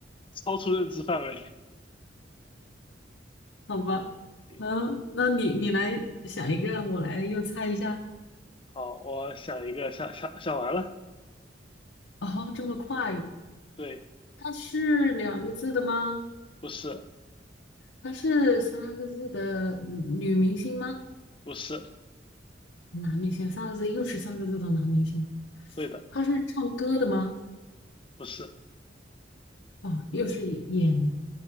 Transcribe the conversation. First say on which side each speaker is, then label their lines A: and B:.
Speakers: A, on the left (about 30°); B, on the left (about 80°).
A: 超出认知范围。
B: 好吧，
A: 行
B: 嗯，那你你来想一个，我来又猜一下。
A: 好，我想一个，想想想完了，
B: 哦，这么快？
A: 对，
B: 她是两个字的吗？
A: 不是
B: 她是三个字的嗯女明星吗？
A: 不是，
B: 男明星三个字，又是三个字的男明星。
A: 对的，
B: 他是唱歌的吗？
A: 不是。
B: 啊，又是演